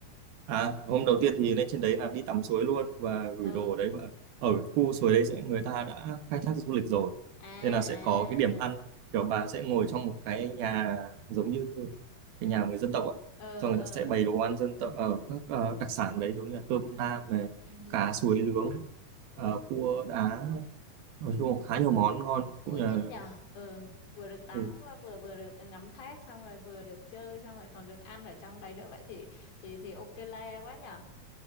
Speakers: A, on the right; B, on the left.
A: À, hôm đầu tiên thì lên trên đấy là đi tắm suối luôn và gửi
B: ờ
A: đồ ở đấy và ở khu suối đấy sẽ người ta đã khai thác du lịch rồi
B: à
A: nên là sẽ
B: à
A: có cái điểm ăn kiểu bà sẽ ngồi trong một cái nhà giống như cái nhà người dân tộc á
B: ờ
A: xong
B: ờ
A: người ta sẽ bày đồ ăn dân tộc ở các ờ, đặc sản đấy giống như là cơm nam này
B: ừ
A: cá suối nướng
B: ui
A: ờ, cua đá nói chung là khá nhiều món ngon
B: Ôi
A: cũng như là
B: thích nhờ ừ vừa được tắm
A: thịt.
B: vừa vừa được ngắm thác xong rồi vừa được chơi xong rồi còn được ăn ở trong đấy nữa vậy thì thì thì ok le quá nhờ